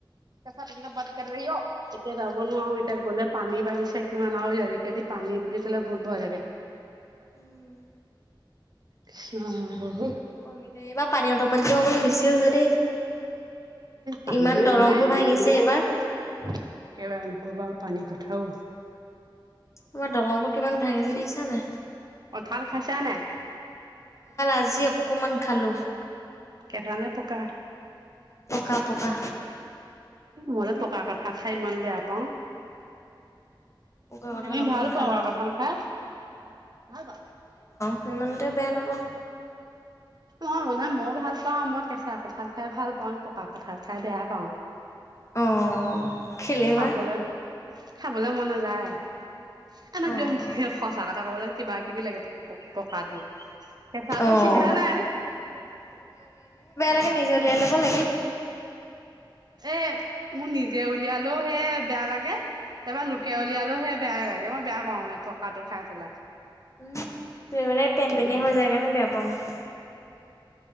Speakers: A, on the right (about 55°); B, on the left (about 35°).
A: <unintelligible> এতিয়া যাব নোৱাৰো এতিয়া গ'লে পানী বাঢ়িছে। কিমান আৰু আজিকালি পানী বুলি ক'লে বহুত ভয় লাগে।
B: উম
A: কৃষ্ণ প্ৰভু
B: কমিলে এইবাৰ পানী অট পালিটো অকমান বেছিও হৈছে দেই।
A: পানী
B: ইমান দলংবোৰ
A: মানে একেবাৰে
B: ভাঙিছে এইবাৰ।
A: নকবা। পানী কথাও।
B: আমাৰ দলং বোৰ কিমান ভাঙিছে দেখিছা নাই।
A: কঁঠাল খাই চা নাই? কঁঠাল খোৱা
B: আজি
A: নাই আম খালোঁ।
B: অকমান খালো
A: কেঁচা নে পকা।
B: পকা পকা।
A: মই পকা কঠাল খাই ইমান বেয়া পাওঁ।
B: পকা কঁঠাল
A: মই
B: অকমান
A: ভাল পাওঁ
B: খালো।
A: আ কঠাল ভাল খাই। ভাল পাও।
B: সিমান এটা বেয়া নাপাও।
A: মই মান মই ভাল পাও মই কেঁচা কঠাল খাই ভাল পাওঁ। পকা কঠাল খাই বেয়া পাওঁ।
B: অ। খেলিবা
A: খাবলৈ খাবলৈ মন নযায়। আমাক
B: অ'
A: কি
B: অ'।
A: সঁচা কথা ক'ব লাগে কিবা। কিবি লাগে পকাটো কেঁচা
B: অ'
A: তো চিন্তা নাই।
B: লকে নিজে উলিয়াই লব লাগে।
A: এ, মোৰ নিজে উলিয়ালেও হে বেয়া লাগে। তাৰবাৰ লোকে
B: উম,
A: উলিয়ালোও সেয়া বেয়াই লাগে। মই বেয়া পাওঁ মানে পকা তো খাই পেলাই।
B: উম, তুমি মানে পেন-পেনে হৈ যায় কাৰণে বেয়া পাও মানে।